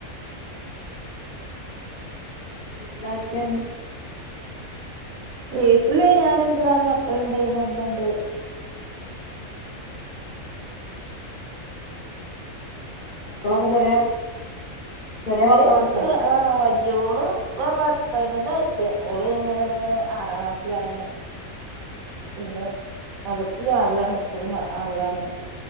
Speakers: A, on the left; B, on the right.
A: വീട്ടിലാരൊക്കെണ്ട്
B: വീട്ടില് ഞാനുണ്ട് നാല് മക്കളുണ്ട് ഇന മ്മണ്ട്
A: ആഹ് മക്കളൊക്കെ ചെറിയ ചെറിയ
B: ചെര്യേ
A: മക്കളുണ്ടോ
B: മക്കള് ആഹ് വല്യോള് ഇപ്പ പയിനൊന്ന് വയസ്സ് ഓള് ആറാം ക്ലാസ്സിലാണ് ഓള് മദ്രസിലും ആർലാണ് സ്കൂളിലും ആർലാണ്